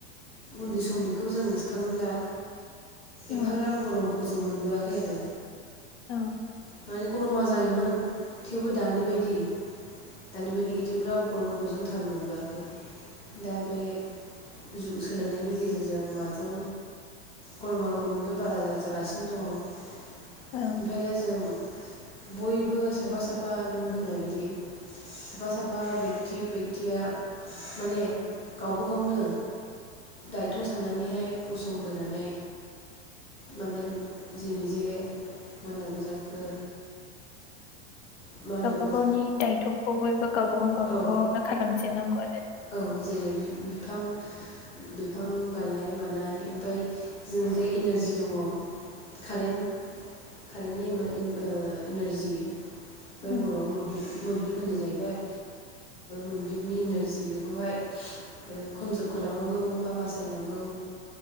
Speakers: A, on the left (about 15°); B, on the left (about 75°).
A: उन्दै समनिखौ जों गोसोखाङोब्ला
B: औ
A: एफाग्राब गरम खौ जों मोनबोआखै आरो।
B: औ
A: माने गरमा जायोमोन थेवबो दानि बायदि दानि बायदि एथेवग्राब गरमखौ जों थाल मोनबोआखै दा बे जुग सोलायनायनि गेजेरजों माजों गरमा गरमनिफ्राय बारा जागासिनो दङ'
B: औ
A: ओमफ्राय दा जों बयबो साफा साफा नों होननाय बायदि साफा साफा बेकथि बेकथिया माने गावब गावनो दायथ' साननानैहाय गसंबोनानै माने जोंनि जे मानांगौ जाखो मा होनांगौ
B: गावबा गावनि दायथ'खौ बयबो गावबा गाव गावबा
A: औ
B: गावनो खालामजेननांगौ आरो
A: औ जेरै बिफां बिफां गायनाय मानाय ओमफ्राय जों जे इनारजि दङ' कारेन्ट कारेन्टनि इमा-इम ओ इनारजि बै
B: औ
A: बर'आव मोब्लिब मोब्लिब होनो जाहैबाय मोब्लिबनि इनारजि बेखौहाय कनजार्भ खालामनांगौ बा बासायनांगौ